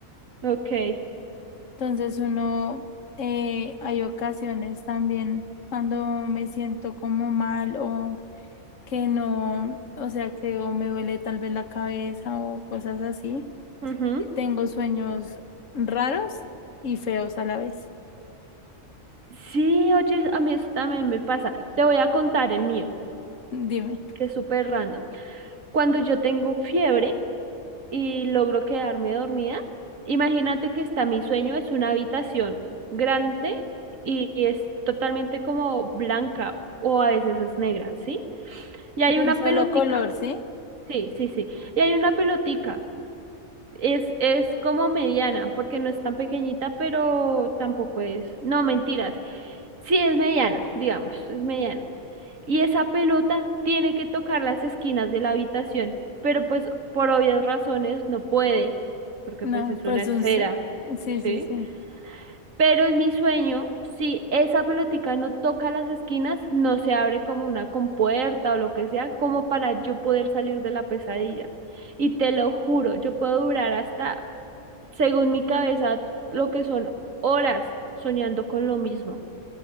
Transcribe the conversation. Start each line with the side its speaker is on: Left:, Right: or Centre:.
Right: Ok.
Left: Entonces uno, eh, hay ocasiones también cuando me siento como mal o que no, o sea, que o me duele tal vez la cabeza o cosas así.
Right: ujú.
Left: Tengo sueños raros y feos a la vez.
Right: Sí, oye, a mí eso también me pasa. Te voy a contar el mío,
Left: Dime,
Right: que es súper random. Cuando yo tengo fiebre y logro quedarme dormida, imagínate que está mi sueño, es una habitación grande y y es totalmente como blanca o a veces es negra, ¿sí? Y hay
Left: de
Right: una
Left: un solo
Right: pelotica.
Left: color, ¿sí?
Right: Sí, sí, sí. Y hay una pelotica. Es, es como mediana, porque no es tan pequeñita, pero tampoco es. No, mentiras. Sí, es mediana, digamos, es mediana. Y esa pelota tiene que tocar las esquinas de la habitación, pero pues por obvias razones no puede, porque
Left: No,
Right: pues es
Left: pues
Right: una esfera,
Left: un, sue- sí,
Right: ¿sí?
Left: sí, sí.
Right: Pero en mi sueño, si esa pelotica no toca las esquinas, no se abre como una compuerta o lo que sea, como para yo poder salir de la pesadilla. Y te lo juro, yo puedo durar hasta, según mi cabeza, lo que son horas soñando con lo mismo.